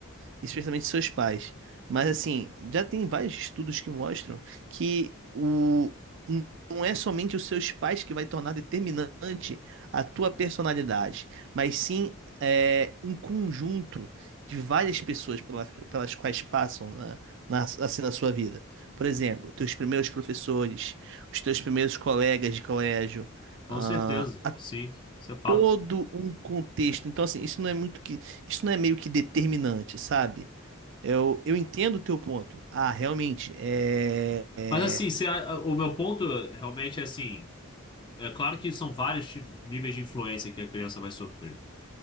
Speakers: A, on the right (about 60°); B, on the left (about 20°).
A: especialmente seus pais. Mas assim, já tem vários estudos que mostram que o n- não é somente os seus pais que vai tornar determinante a tua personalidade, mas sim é, um conjunto de várias pessoas pela- pelas quais passam na, na, assim, na sua vida. Por exemplo, teus primeiros professores, os teus primeiros colegas de colégio,
B: Com
A: ah,
B: certeza,
A: a
B: sim, isso é fato.
A: todo um contexto. Então, assim, isso não é muito que, isso não é meio que determinante, sabe? Eu, eu entendo o teu ponto. Ah, realmente, é, é,
B: Mas assim, se a- o meu ponto realmente é assim, é claro que são vários ti- níveis de influência que a criança vai sofrer,